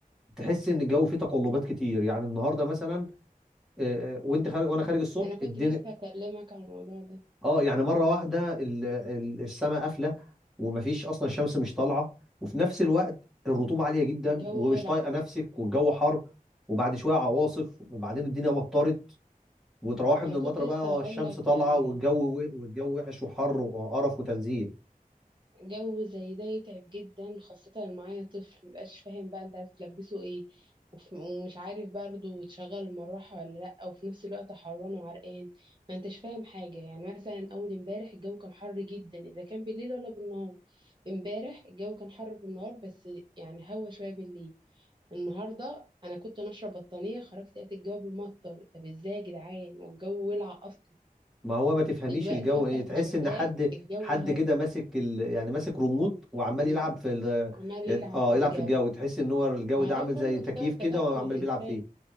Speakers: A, in the centre; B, on the right (about 30°).
A: تحس ان الجو فيه تقلبات كتير يعني النهارده مثلا آه، آه، وانت خارج وانا خارج الصبح
B: انا كنت
A: الدنيا
B: لسه هكلمك عن الموضوع ده
A: اه يعني مره واحده ال- ال- السماء قافله ومفيش اصلا الشمس مش طالعه وفي نفس الوقت الرطوبه عاليه جدا
B: الجو
A: ومش
B: ولع
A: طايقه نفسك والجو حر وبعد شويه عواصف وبعدين الدنيا مطرت وتروحي
B: انا
A: من المطره
B: كنت لسه
A: بقى آه،
B: هقول
A: الشمس
B: لك
A: طالعه
B: يعني
A: والجو و- والجو وحش وحر وقرف وتنزيه
B: جو زي ده يتعب جدا خاصة لو معايا طفل مبقاش فاهم بقى انت هتلبسه ايه وف- ومش عارف برضه تشغل المروحة ولا لأ وفي نفس الوقت حران وعرقان ما انتش فاهم حاجة يعني مثلا أول امبارح الجو كان حر جدا إذا كان بالليل ولا بالنهار امبارح الجو كان حر بالنهار بس يعني هوا شوية بالليل النهاردة أنا كنت ناشرة بطانية خرجت لقيت الجو بيمطر طب ازاي يا جدعان والجو ولع أصلا
A: ما هو ما تفهميش
B: دلوقتي
A: الجو
B: بفتح
A: ايه تحس
B: الشباك
A: ان حد
B: الجو
A: حد
B: هوا
A: كده ماسك ال... يعني ماسك ريموت وعمال
B: مم.
A: يلعب في ال...
B: عمال يلعب
A: اه
B: في
A: يلعب
B: الجو
A: في الجو تحس ان هو الجو
B: مع
A: ده
B: ده
A: عامل
B: كله
A: زي تكييف
B: بسبب
A: كده
B: تدخل
A: وعمال
B: الإنسان
A: بيلعب فيه